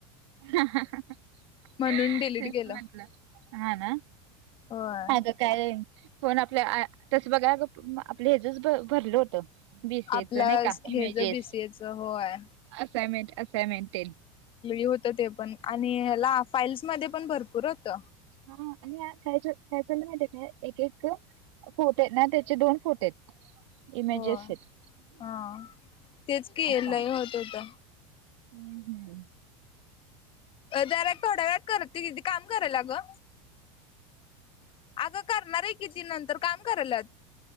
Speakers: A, on the right (about 75°); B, on the left (about 35°).
A: ह तेच
B: म्हणून डिलीट केलं
A: म्हटलं हा ना
B: होय.
A: आता काय फोन आप तस बघा आपलं हजच भरलं होत बीसीएच
B: आपलं
A: नाही का
B: हे
A: इमेजेस
B: ज बीसीएच होय.
A: असनमेंट असइनमेंटे
B: होत ते पण आणि ह्याला फाईल्स मध्ये पण भरपूर होत
A: हा आणि कायच काय चाललं मा काय एक एक फोटे आहेत ना त्याचे दोन फोटे आहेत इमेजश
B: होय
A: अस
B: हा तेच की
A: हम्म
B: लई होत होत.
A: हम्म
B: जरक थोड्या वेळात करत त किती काम करायला ग अगं करणार आहे किती नंतर काम कलच